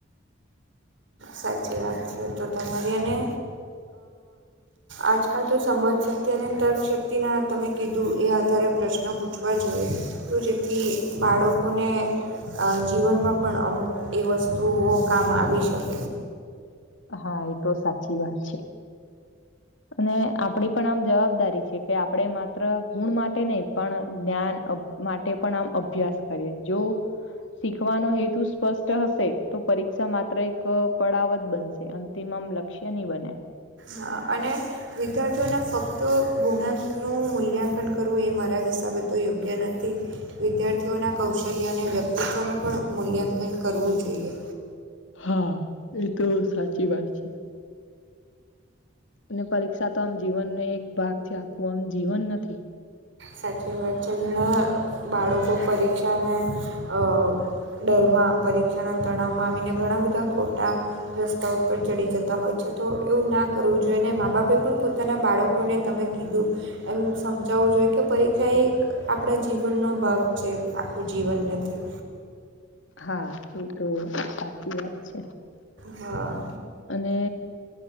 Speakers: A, on the right (about 70°); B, on the left (about 75°).
A: સાચી વાત છે તો તમારી, એને આજકાલ તો સમજ શક્તિ અને તર્કશક્તિ ના તમે કીધું એ આધારે પ્રશ્ન પૂછવા જોઈએ. તો જેથી બાળકોને જીવનમાં પણ અમુક એ વસ્તુઓ કામ આવી શકે.
B: હા એ તો સાચી વાત છે, અને આપડી પણ આમ જવાબદારી છે. કે આપણે માત્ર ગુણ માટે નહી પણ જ્ઞાન માટે પણ આમ અભ્યાસ કરીએ, જો શીખવાનો હેતુ સ્પષ્ટ હશે તો પરીક્ષા માત્ર એક પડાવત બનશે. અંતિમ આમ લક્ષ્ય નઇ બને.
A: હ અને વિદ્યાર્થીઓને ફક્ત ગુણાંકનું મૂલ્યાંકન કરવું એ મારા હિસાબે તો યોગ્ય નથી. વિદ્યાર્થીઓના કૌશલ્ય અને વ્યક્તિત્વનું પણ મૂલ્યાંકન કરવું જોઈએ.
B: હા એ તો સાચી વાત છે. અને પરીક્ષા તો આમ જીવનનો એક ભાગ છે આખું આમ જીવન નથી.
A: સાચી વાત છે જેણે બાળકો પરીક્ષાને અ ડરમાં પરીક્ષાના તણાવમાં આવીને ઘણા બધા ખોટા રસ્તા ઉપર ચડી જતા હોય છે તો એવું ના કરવું જોઈએ અને મા બાપે પણ પોતાના બાળકોને તમે કીધું એમ સમજાવવું જોઈએ કે પરીક્ષા એક આપણા જીવનનો ભાગ છે આખું જીવન નથી.
B: હા એ તો સાચી વાત છે.
A: હા.
B: અને